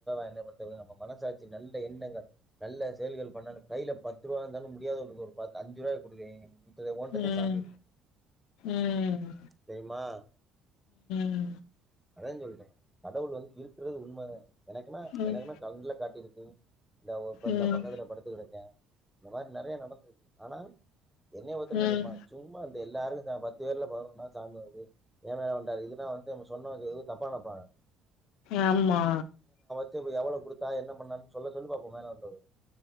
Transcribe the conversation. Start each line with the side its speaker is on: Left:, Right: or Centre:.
Centre: என்னய பொருத்தவரயும் நம்ம மனசாட்சி நல்ல எண்ணங்கள் நல்ல செயல்கள் பண்ணாலும் கைல பத்து ரூப இருந்தாலும் முடியாதவங்களுக்கு ஒரு பத் அஞ்சு ரூபா கொடு குடுத்துடு ஓன்ட்டா
Left: ம்
Centre: சாமி இருக்கும்
Left: ம்
Centre: தெரியுமா
Left: ம்
Centre: அதான் சொல்றன் கடவுள் வந்து இருக்கிறது உண்மதான் எனக்குன்ன
Left: ம்
Centre: எனக்குன்ன கண்ல காட்டிருக் கு தா ஓ பர்
Left: ம்
Centre: தான் பக்கத்துல படுத்து கடக்கேன் இந்த மாரி நெறயா நடந்தது ஆனா என்ன பொருத்த வரைக்கும் என்ன
Left: ம்
Centre: தெரியுமா சும்மா அந்த எல்லாரும் தான் பத்து பேர்ல பதினொன்னா சாமி வருது ஏன் மேல வந் டாரு இதுனா வந்து நம்ம சொன்னவங்க எது தப்பா நெனப்பாங்க
Left: ஆமா
Centre: சரி இப்போ எவ்ளோ குடுத்தா என்ன பண்ணானு சொல்ல சொல்லு பாப்போம் மேல வந்தது